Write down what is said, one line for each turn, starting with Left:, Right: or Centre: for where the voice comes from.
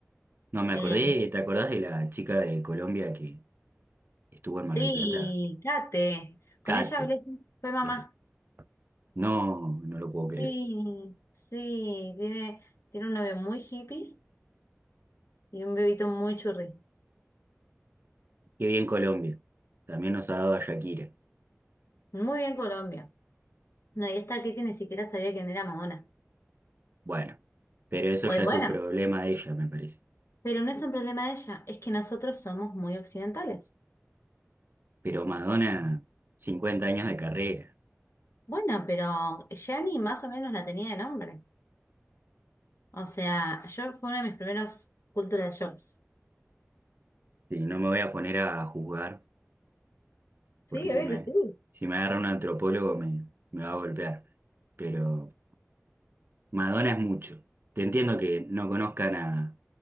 Right: no me
Left: Eh,
Right: acordé, ¿te acordás de la chica de Colombia que Estuvo en
Left: sí,
Right: Mar del Plata.
Left: Kate, con
Right: Cate.
Left: ella hablé, fue mamá.
Right: Eh, no, no lo puedo
Left: Sí,
Right: creer.
Left: sí, tiene, tiene un novio muy hippie y un bebito muy churri.
Right: Qué bien Colombia. También nos ha dado a Shakira.
Left: Muy bien Colombia. No, y esta Kitty ni siquiera sabía quién era Madonna.
Right: Bueno, pero eso
Left: Oye,
Right: ya
Left: bueno,
Right: es un problema de ella, me parece.
Left: pero no es un problema de ella, es que nosotros somos muy occidentales.
Right: Pero Madonna, 50 años de carrera.
Left: Bueno, pero Gianni más o menos la tenía de nombre. O sea, yo fue uno de mis primeros cultural shocks.
Right: Sí, no me voy a poner a juzgar,
Left: Sí,
Right: porque si
Left: a ver
Right: me,
Left: que sí.
Right: si me agarra un antropólogo me, me va a golpear. Pero Madonna es mucho. Te entiendo que no conozcan a,